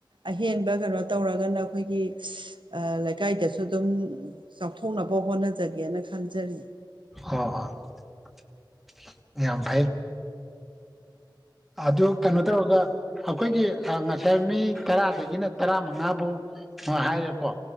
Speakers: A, on the right; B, in the centre.
A: ꯑꯍꯦꯟꯕ ꯀꯩꯅꯣ ꯇꯧꯔꯒꯅ ꯑꯩꯈꯣꯏꯒꯤ ꯂꯩꯀꯥꯏꯗꯁꯨ ꯑꯗꯨꯝ ꯆꯥꯎꯊꯣꯛꯅꯕ ꯍꯣꯠꯅꯖꯒꯦꯅ ꯈꯟꯖꯔꯤ
B: ꯍꯣ ꯍꯣꯏ ꯌꯥꯝ ꯐꯩ ꯑꯗꯨ ꯀꯩꯅꯣ ꯇꯧꯔꯒ ꯑꯩꯈꯣꯏꯒꯤ ꯉꯁꯥꯏ ꯃꯤ ꯇꯔꯥꯗꯒꯤꯅ ꯇꯔꯥ ꯃꯉꯥꯕꯨ ꯍꯥꯏꯔꯦꯀꯣ